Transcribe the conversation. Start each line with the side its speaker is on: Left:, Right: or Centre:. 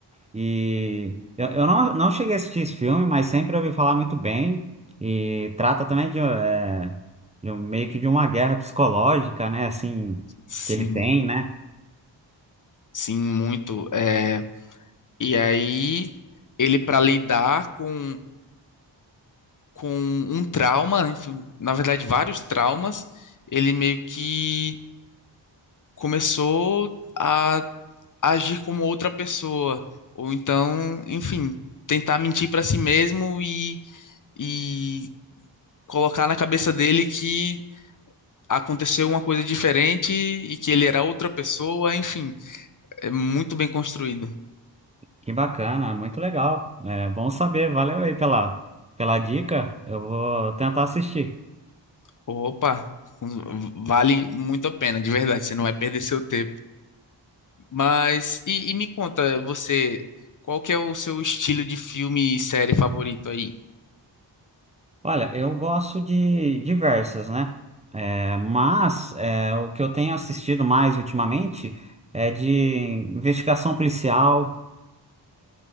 Right: E eu, eu não, não cheguei a assistir esse filme, mas sempre ouvi falar muito bem e trata também de, é, de um- meio que de uma guerra psicológica, né? Assim,
Left: Sim,
Right: que ele tem, né?
Left: sim, muito. É... E aí, ele para lidar com, com um trauma, enfim, na verdade, vários traumas, ele meio que começou a agir como outra pessoa, ou então, enfim, tentar mentir para si mesmo e, e colocar na cabeça dele que aconteceu uma coisa diferente e que ele era outra pessoa, enfim, é muito bem construído.
Right: Que bacana, muito legal. É bom saber, valeu aí pela, pela dica. Eu vou tentar assistir.
Left: Opa, vale muito a pena, de verdade, você não vai perder seu tempo. Mas, e, e me conta, você, qual que é o seu estilo de filme e série favorito aí?
Right: Olha, eu gosto de diversas, né? É, mas é, o que eu tenho assistido mais ultimamente é de investigação policial.